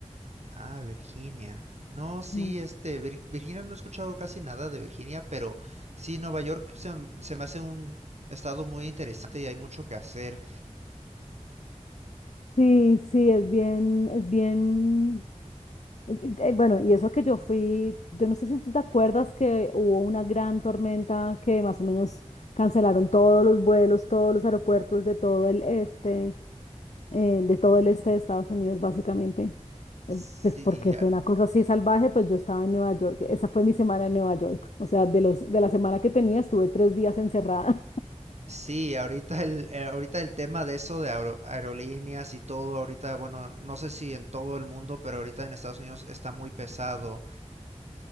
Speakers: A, on the right; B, on the left.
A: Ah, Virginia. No, sí,
B: No.
A: este, Vir- Virginia no he escuchado casi nada de Virginia, pero sí, Nueva York se, m- se me hace un estado muy interesante y hay mucho que hacer.
B: Sí, sí, es bien, es bien. eh, eh, eh, Bueno, y eso que yo fui, yo no sé si tú te acuerdas que hubo una gran tormenta que más o menos cancelaron todos los vuelos, todos los aeropuertos de todo el este, eh, de todo el este de Estados Unidos, básicamente.
A: Sí,
B: eh, Pues porque
A: ah,
B: fue una cosa así salvaje, pues yo estaba en Nueva York. Esa fue mi semana en Nueva York. O sea, de los, de la semana que tenía, estuve tres días encerrada.
A: Sí, ahorita el, eh, ahorita el tema de eso de aero- aerolíneas y todo, ahorita, bueno, no sé si en todo el mundo, pero ahorita en Estados Unidos está muy pesado.